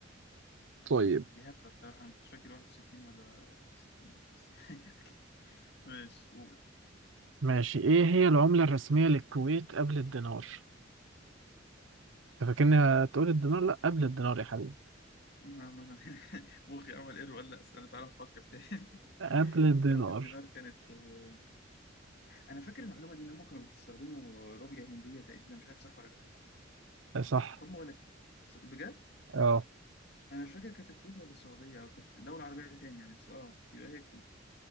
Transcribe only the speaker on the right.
طيب
ماشي إيه هي العملة الرسمية للكويت قبل الدينار؟ أنت فاكرني هتقول الدينار؟ لأ قبل الدينار يا حبيبي
قبل
الدينار
آه، صح
اه